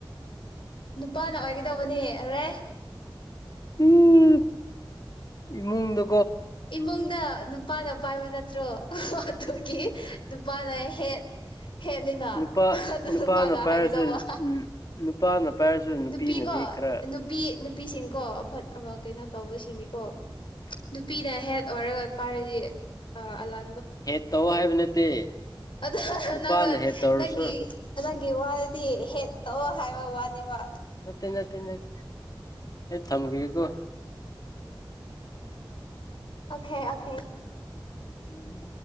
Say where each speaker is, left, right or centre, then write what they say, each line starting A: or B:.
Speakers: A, on the left; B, on the left.
A: ꯅꯨꯄꯥꯅ ꯑꯣꯏꯒꯗꯕꯅꯦ ꯑꯔꯦ꯫
B: ꯎꯝ ꯏꯃꯨꯡꯗ꯫
A: ꯏꯃꯨꯡꯗ ꯅꯨꯄꯥꯅ ꯄꯥꯏꯕ ꯅꯠꯇ꯭ꯔꯣ꯫ <unintelligible> ꯑꯗꯨꯒꯤ ꯅꯨꯄꯥꯅ ꯍꯦꯠ ꯍꯦꯠꯅꯤꯅ
B: ꯅꯨꯄꯥ
A: ꯑꯗꯨ ꯅꯨꯄꯥꯅ
B: ꯄꯥꯏꯔꯁꯨ
A: ꯍꯥꯏꯒꯗꯧꯕ
B: ꯎꯝ ꯅꯨꯄꯥꯅ ꯄꯥꯏꯔꯁꯨ ꯅꯨꯄꯤꯅꯗꯤ
A: ꯅꯨꯄꯤꯀꯣ
B: ꯈꯔ
A: ꯅꯨꯄꯤ ꯅꯨꯄꯤꯁꯤꯡꯀꯣ ꯑꯐꯠ ꯀꯩꯅꯣ ꯇꯧꯕꯁꯤꯡꯅꯤ꯫ ꯀꯣ꯫
B: <inaudible>
A: ꯄꯤꯅ ꯍꯦꯠ ꯑꯣꯏꯔꯒ꯫ ꯄꯥꯏꯔꯗꯤ ꯑ ꯑꯂꯥ
B: ꯍꯦ ꯇꯧ ꯍꯥꯏꯕ ꯅꯠꯇꯦ꯫
A: ꯑ
B: ꯅꯨꯄꯥꯅ
A: ꯅꯪꯅ
B: ꯍꯦꯠ ꯇꯧꯔꯁꯨ
A: ꯅꯪꯒꯤ ꯅꯪ꯫ ꯒꯤ ꯋꯥꯗꯨꯗꯤ ꯍꯦꯠꯇꯣ ꯍꯥꯏꯕ ꯋꯥꯅꯦꯕ꯫
B: ꯅꯠꯇꯦ ꯅꯠꯇꯦ ꯅꯠꯇꯦ꯫ ꯊꯝꯒꯤꯒꯦ ꯀꯣ꯫ <inaudible>
A: ꯑꯈꯦ ꯑꯈꯦ꯫
B: ꯎꯝ